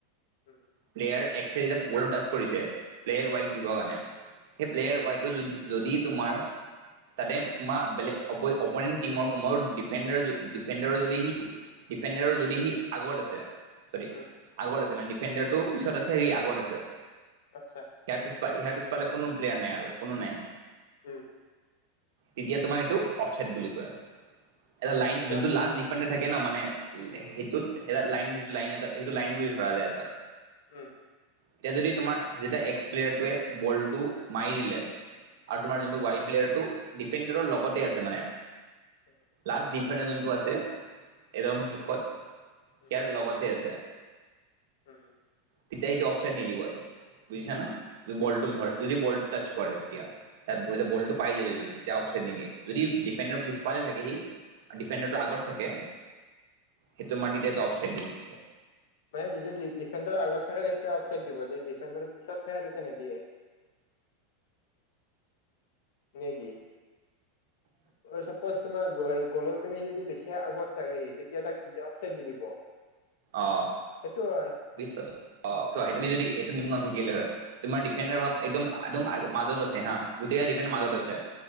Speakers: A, on the left; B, on the right.
A: উম
B: প্লেয়াৰ এক্সে যেতিয়া বলটো টাছ কৰিছে প্লেয়াৰ ৱাইক
A: উম
B: দিবৰ কাৰণে সেই প্লেয়াৰ
A: উম
B: ৱাইটো যদি যদি তোমাৰ তাতে তোমাৰ বেলেগ অপ' অপনেণ্ট টিমৰ কোনো ডিফেণ্ডাৰ যদি ডিফেণ্ডাৰৰ যদি সি ডিফেণ্ডাৰৰ যদি সি আগত আছে চৰি
A: উম
B: আগত আছে মানে ডিফেণ্ডাৰটো পিছত আছে সি আগত আছে
A: আচ্ছা
B: ইয়াৰ পিছফা ইয়াৰ পিছফালে কোনো প্লেয়াৰ নাই আৰু কোনো নাই
A: উম
B: তেতিয়া তোমাৰ সেইটোক অফচাইড বুলি কয়। এটা লাইন
A: আচ্ছা
B: যোনটো
A: উম
B: লাস্ট <unintelligible> থাকে ন মানে সেইটোত এটা লাইন সেটো লাইন এটা সেইটো লাইন বুলি ধৰা যায় এটা।
A: উম
B: এতিয়া যদি তোমাৰ যেতিয়া এক্স প্লেয়াৰটোৱে বলটো মাৰি দিলে আৰু তোমাৰ যোনটো ৱাই প্লেয়াৰটো ডিফেণ্ডাৰৰ লগতে আছে মানে
A: উম
B: লাষ্ট ডি ডিফেণ্ডাৰ যোনটো আছে একদম শেষত
A: উম
B: ইয়াৰ লগতে আছে
A: উম
B: তেতিয়া সেইটো অফচাইড নিদিব। বুজিছা ন যদি বলটো ধৰে যদি বলটো টাচ কৰে তেতিয়া তাত বলটো পাই যায় যদি তেতিয়া অফচাইড নিদিয়ে যদি ডিফেণ্ডাৰৰ পিছফালে থাকে সি ডিফেণ্ডাৰটো আগত থাকে সেইটো মাৰিলে তো অফচাইড দি দিব
A: মানে সি যদি ডিফেণ্ডাৰৰ আগত থাকে তেতিয়া অফচাই দিব যদি ডিফেণ্ডাৰৰ পিছত থাকে তেতিয়া নিদিয়ে। নিদিয়ে
B: <inaudible>
A: চাপজ তোমাৰ গোলৰ পিনে যদি বেছি আগত থাকে সি তেতিয়া তাক অফচাইড দি দিব
B: অ
A: সেইটো হয়
B: বিশটাকৈ অ চোৱা তুমি যদি এইটো নাথাকিলে হয় তোমাৰ ডিফেণ্ডাৰৰ ভাব একদম একদম মাজত
A: উম
B: আছে হাঁ গোটেইকেইটা ডিফেণ্ড মাজত আছে।